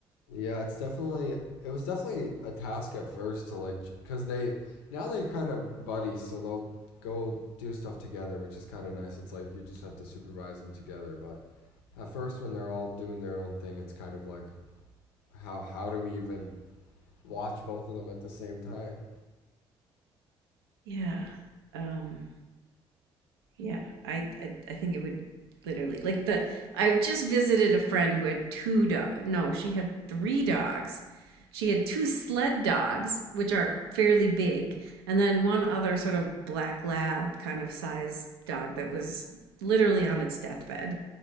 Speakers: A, on the left; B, on the right.
A: Yeah, it's definitely it was definitely a task at first to like because they now they're kind of buddies, so they'll go do stuff together, which is kind of nice. It's like you just have to supervise them together, but at first when they're all doing their own thing, it's kind of like how how do we even watch both of them at the same time?
B: Yeah. Um. Yeah, I, I I think it would literally like the I just visited a friend who had two dog. No, she had three dogs. She had two sled dogs, which are fairly big, and then one other sort of black lab kind of size dog that was literally on its deathbed.